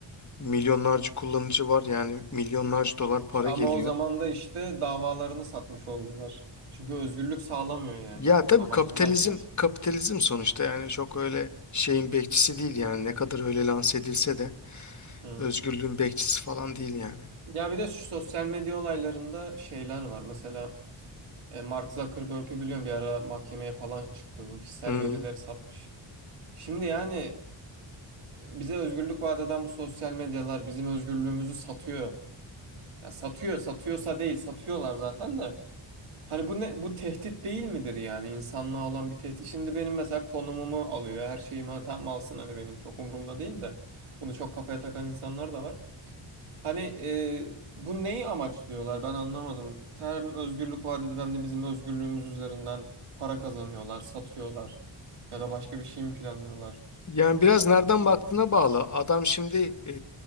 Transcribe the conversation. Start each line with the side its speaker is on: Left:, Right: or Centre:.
Left: milyonlarca kullanıcı var yani milyonlarca dolar para
Right: Ama
Left: geliyor.
Right: o zaman da işte davalarını satmış oldular. Çünkü özgürlük sağlamıyor yani.
Left: Ya tabii
Right: Amacından
Left: kapitalizm
Right: şaştı.
Left: kapitalizm sonuçta yani çok öyle şeyin bekçisi değil yani ne kadar öyle lanse edilse de
Right: Hı.
Left: özgürlüğün bekçisi falan değil yani.
Right: Ya bir de şu sosyal medya olaylarında şeyler var. Mesela e, Mark Zuckerberg'ü biliyorum bir ara mahkemeye falan çıktı. Bu kişisel
Left: Hı.
Right: verileri satmış. Şimdi yani e, bize özgürlük vaat eden bu sosyal medyalar bizim özgürlüğümüzü satıyor. Ya satıyor, satıyorsa değil, satıyorlar zaten de. Hani bu ne, bu tehdit değil midir yani insanlığa olan bir tehdit? Şimdi benim mesela konumumu alıyor, her şeyimi al- tam alsın hani benim çok umurumda değil de bunu çok kafaya takan insanlar da var. Hani e, bu neyi amaçlıyorlar ben anlamadım. Hem özgürlük vaat edip hem de bizim özgürlüğümüz üzerinden para kazanıyorlar, satıyorlar ya da başka bir şey mi planlıyorlar?
Left: Yani biraz nereden baktığına bağlı. Adam şimdi e,